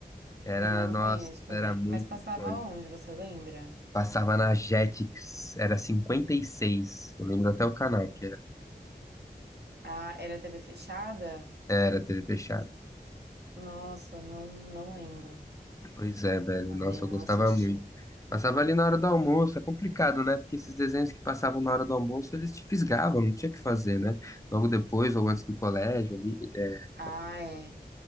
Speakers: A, on the left (about 20°); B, on the right (about 85°).
A: Era,
B: Não
A: nossa,
B: conheço também.
A: era muito
B: Mas passava
A: icônico.
B: onde, você lembra?
A: Passava na Jetix, era 56, eu lembro até o canal que era,
B: Ah, era TV fechada?
A: era TV fechada.
B: Nossa, não, não lembro.
A: Pois é, velho.
B: Também
A: Nossa,
B: não
A: eu gostava
B: assisti.
A: muito. Passava ali na hora do almoço, é complicado, né? Porque esses desenhos que passavam na hora do almoço, eles te fisgavam, não tinha o que fazer, né? Logo depois ou antes do colégio ali. é.
B: Ah, é.